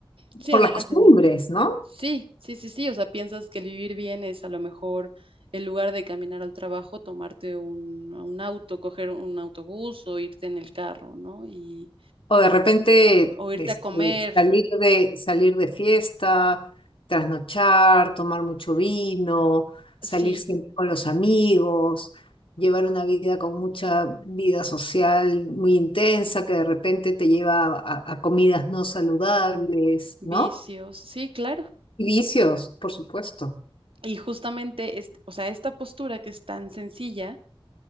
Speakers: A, on the right; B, on the left.
A: sí,
B: por
A: adelante,
B: las costumbres,
A: adelante.
B: ¿no?
A: Sí, sí, sí, sí. O sea, piensas que el vivir bien es a lo mejor en lugar de caminar al trabajo, tomarte un, un auto, coger un autobús o irte en el carro, ¿no? Y,
B: O de repente
A: o
B: este,
A: irte a comer,
B: salir de, salir de fiesta, trasnochar, tomar mucho vino, salir
A: sí,
B: siempre con los amigos, llevar una vida con mucha vida social muy intensa que de repente te lleva a, a comidas no saludables,
A: vicios,
B: ¿no?
A: sí, claro.
B: Y vicios, por supuesto.
A: Y justamente, este- o sea, esta postura que es tan sencilla,